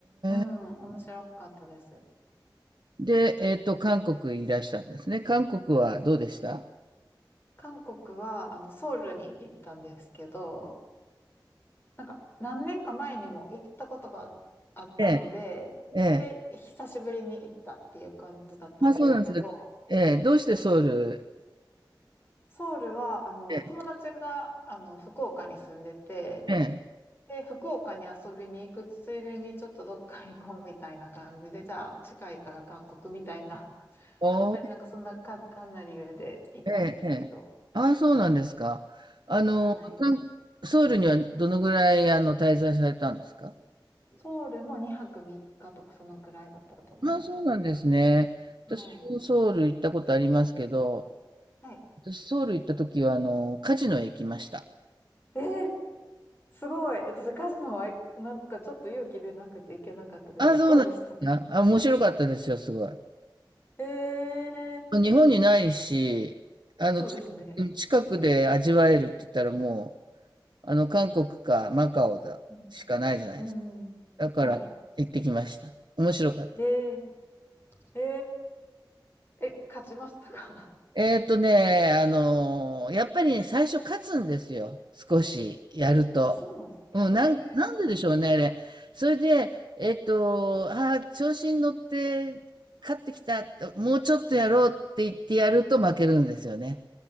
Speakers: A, on the left (about 30°); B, on the right (about 65°).
A: うん、
B: え。
A: 面白かったです。
B: で、えっと、韓国いらしたんですね。韓国はどうでした
A: 韓国は、あの、ソウルに行ったんですけど、なんか何年か前にも行ったことがあったので、
B: ええ、ええ。
A: で、久しぶりに行ったっていう感じだったんですけれど、
B: まあ、そうなんですかええ、どうしてソウル
A: ソウルはあの友達があの福岡に住んでて、
B: ええ、ええ。
A: で、福岡に遊びに行くついでにちょっとどっか行こうみたいな感じで、じゃあ近いから韓国みたいな、<laughs>
B: お
A: 本当になんかそんな簡単な理由で行ったんですけど、
B: ええ、ええ。ああ、そうなんですか。あの、
A: はい。
B: 韓ソウルにはどのぐらい、あの、滞在されたんですか
A: ソウルも2泊3日とかそのくらいだったと思います。
B: ああ、そうなんですね。
A: はい。
B: 私もソウル行ったことありますけど、
A: はい。
B: 私ソウル行った時は、あの、カジノへ行きました。
A: えーすごい。私、カジノは、なんかちょっと勇気出なくていけなかったです。
B: ああ、そうなんですか。
A: どうでしたか
B: あ、面白かったですよ、すごい。
A: ええー、
B: 日本にないし、あの、
A: そうですね。
B: ち近くで味わえるって言ったらもう、あの、韓国かマカオだしかないじゃないですか。
A: うん。うんうん。
B: だから行ってきました。
A: はい。
B: 面白かった。
A: えええええ、勝ちましたか
B: えーっとね、あのーやっぱりね、最初勝つんですよ。少しやると。
A: <laughs> あ、そうなんですかえ
B: うん、なん、なんででしょうね、
A: え。
B: あれ。それで、えっと、あー調子に乗って勝ってきた、もうちょっとやろうって言ってやると負けるんですよね。